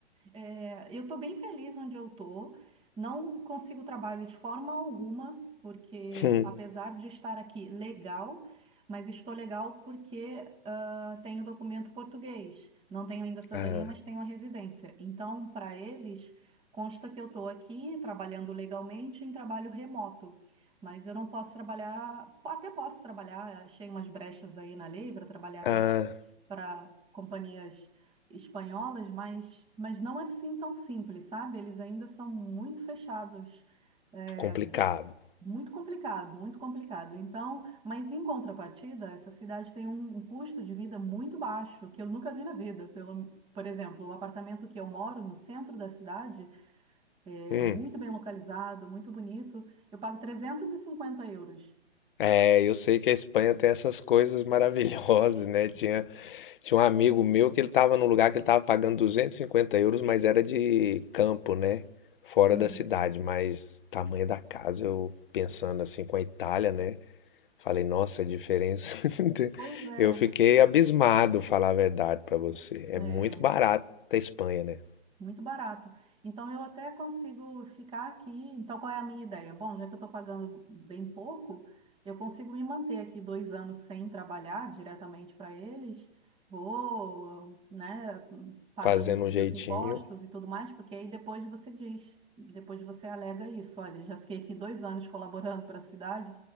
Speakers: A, on the right (about 15°); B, on the left (about 50°).
A: É, eu estou bem feliz onde eu estou. Não consigo trabalho de forma alguma, porque
B: <laughs>
A: apesar de estar aqui legal, mas estou legal porque ah, tenho documento português. Não tenho ainda cidadania,
B: Ah,
A: mas tenho a residência. Então, para eles, consta que eu estou aqui trabalhando legalmente em trabalho remoto. Mas eu não posso trabalhar, até posso trabalhar, achei umas brechas aí na lei para trabalhar
B: ah,
A: para para companhias espanholas, mas, mas não assim tão simples, sabe? Eles ainda são muito fechados, é,
B: complicado.
A: muito complicado, muito complicado. Então, mas em contrapartida, essa cidade tem um, um custo de vida muito baixo, que eu nunca vi na vida. Pelo, por exemplo, o apartamento que eu moro no centro da cidade é
B: Hum.
A: muito bem localizado, muito bonito. Eu pago trezentos e cinquenta euros.
B: É, eu sei que a Espanha tem essas coisas maravilhosas, né? Tinha, tinha um amigo meu que ele estava num lugar que ele estava pagando 250 euros, mas era de campo, né? Fora
A: Uhum.
B: da cidade, mas tamanho da casa, eu pensando assim com a Itália, né? Falei, nossa, a diferença. <laughs>
A: Pois é,
B: Eu fiquei abismado, falar a verdade para você. É
A: é,
B: muito barato a Espanha, né?
A: Muito barato. Então, eu até consigo ficar aqui. Então, qual é a minha ideia? Bom, já que eu estou pagando bem pouco, eu consigo me manter aqui dois anos sem trabalhar diretamente para eles. Vou, né, pagando
B: Fazendo
A: meus
B: um jeitinho.
A: impostos e tudo mais, porque aí depois você diz, depois você alega isso. Olha, já fiquei aqui dois anos colaborando para a cidade